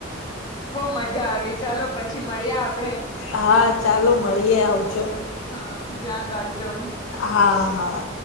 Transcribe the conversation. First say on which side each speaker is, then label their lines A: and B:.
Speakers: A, on the left; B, on the left.
A: બઊ મજા આવી છ. ચાલો પછી મળીયે આપડે.
B: હા ચાલો મળીએ આવજો.
A: હા ધ્યાન રાખજો.
B: હા હા.